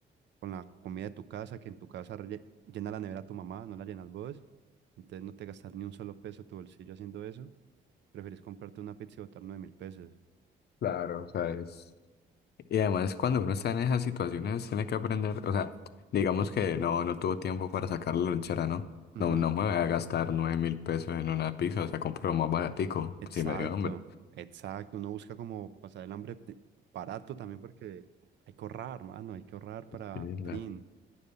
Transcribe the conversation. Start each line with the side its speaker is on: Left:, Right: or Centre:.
Right: con la comida de tu casa, que en tu casa re- llena la nevera tu mamá, no la llenas vos. Entonces no te gastas ni un solo peso de tu bolsillo haciendo eso. Preferís comprarte una pizza y botar nueve mil pesos.
Left: Claro, o sea, es... Y además cuando uno está en esas situaciones tiene que aprender, o sea, digamos que no, no tuvo tiempo para sacar la lonchera, ¿no?
Right: Ujú.
Left: No, no me voy a gastar nueve mil pesos en una pizza, o sea, compro lo más baratico,
Right: Exacto,
Left: si me dio hambre.
Right: exacto. Uno busca como pasar el hambre de- barato también porque hay que ahorrar, mano, hay que ahorrar para
Left: Sí, la-
Right: Trin.